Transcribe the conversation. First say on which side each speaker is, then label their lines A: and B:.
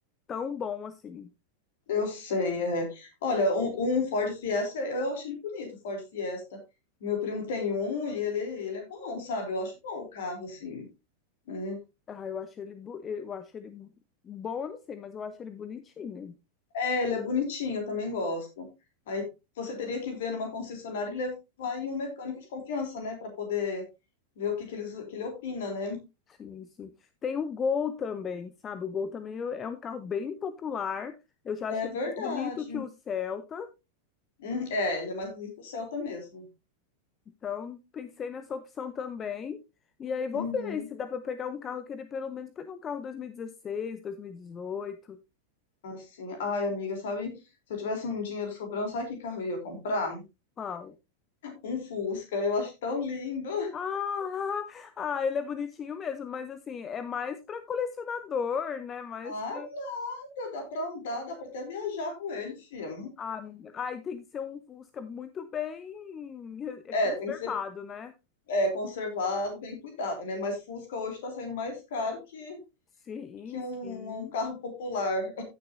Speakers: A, on the left (about 25°); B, on the left (about 55°).
A: tão bom assim.
B: eu sei, é. Olha, um, um Ford Fiesta, eu acho ele bonito, o Ford Fiesta. Meu primo tem um e ele, ele é bom, sabe? Eu acho bom o carro, assim, né?
A: Ah, eu acho ele bo- eu acho ele bom, eu não sei, mas eu acho ele bonitinho.
B: É, ele é bonitinho, eu também gosto. Aí você teria que ver numa concessionária e levar aí um mecânico de confiança, né? Pra poder ver o que que eles, que ele opina, né?
A: Sim, sim. Tem o Gol também, sabe? O Gol também é é um carro bem popular. Eu já
B: É
A: achei
B: verdade.
A: ele mais bonito que o Celta,
B: Hum, é, ele é mais bonito que o Celta mesmo.
A: então pensei nessa opção também. E aí vou
B: Uhum.
A: ver se dá pra pegar um carro, querer pelo menos pegar um carro dois dois mil mil e dezesseis, dois mil e dezoito,
B: Assim, ai, amiga, sabe? Se eu tivesse um dinheiro sobrando, sabe que carro eu ia comprar?
A: Qual?
B: Um Fusca, eu acho tão lindo.
A: Ah, ah, ele é bonitinho mesmo, mas assim, é mais pra colecionador, né? Mais
B: Ah,
A: pra...
B: meu Deus, dá pra andar, dá pra até viajar com ele, filha.
A: Ah, aí tem que ser um Fusca muito bem eh,
B: É,
A: conservado,
B: tem que ser
A: né?
B: é, conservado, bem cuidado, né? Mas Fusca hoje tá saindo mais caro que,
A: Sim,
B: que um,
A: sim.
B: um carro popular.